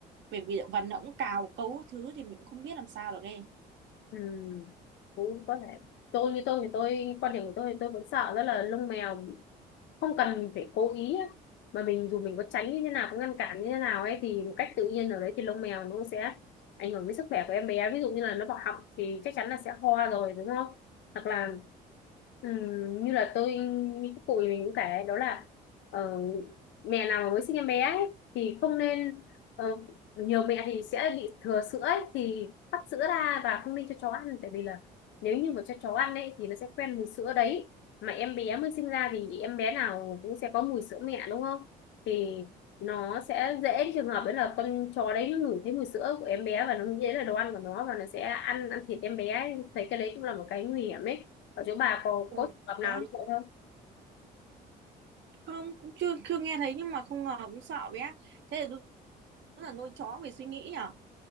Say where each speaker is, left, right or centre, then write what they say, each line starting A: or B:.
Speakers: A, on the right (about 60°); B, on the left (about 60°).
A: bởi vì vần nó cũng cào cấu thứ thì mình cũng không biết làm sao được nghe
B: ừ, cũng có thể tôi như tôi thì tôi quan điểm của tôi thì tôi vẫn sợ rất là lông mèo không cần mình phải cố ý á. mà mình dù mình có tránh như thế nào có ngăn cản như thế nào ấy thì một cách tự nhiên ở đấy thì lông mèo nó cũng sẽ ảnh hưởng đến sức khỏe của em bé ví dụ như là nó vào họng thì chắc chắn là sẽ ho rồi đúng không hoặc là ừm, như là tôi như các cụ mình cũng kể đó là ờ, mẹ nào mà mới sinh em bé ấy, thì không nên ờ, nhiều mẹ thì sẽ bị thừa sữa ấy, thì tắt sữa ra và không nên cho chó ăn tại vì là nếu như mà cho chó ăn ấy thì nó sẽ quen mùi sữa đấy mà em bé mới sinh ra thì em bé nào cũng sẽ có mùi sữa mẹ đúng không thì nó sẽ dễ trường hợp đấy là con chó đấy nó ngửi thấy mùi sữa của em bé và nó dễ là đồ ăn của nó và nó sẽ ăn ăn thịt em bé ấy. thấy cái đấy cũng là một cái nguy hiểm ấy ở chỗ bà có
A: Ôi,
B: có trường hợp nào
A: đó
B: như vậy không
A: không cũng chưa chưa nghe thấy nhưng mà không ngờ cũng sợ bé thế là đúng, là nuôi chó về suy nghĩ nhở